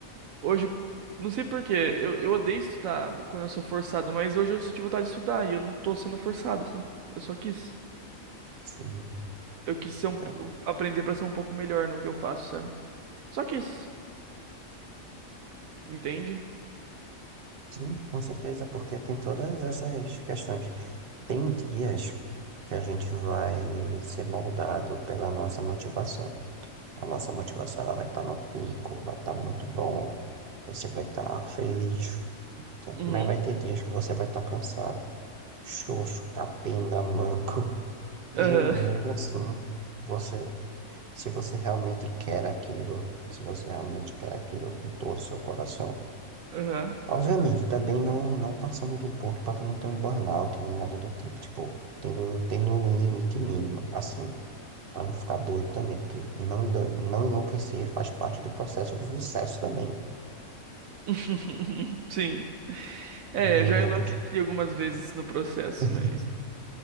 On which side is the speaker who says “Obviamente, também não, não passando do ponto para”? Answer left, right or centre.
Right